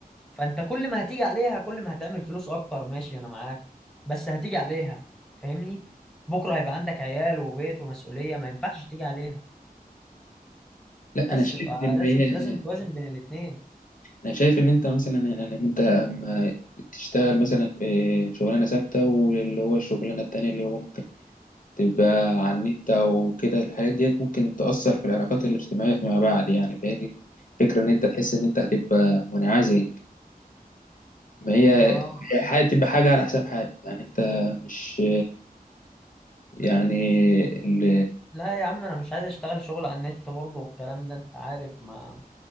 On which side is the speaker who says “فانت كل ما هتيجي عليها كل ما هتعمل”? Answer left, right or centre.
Centre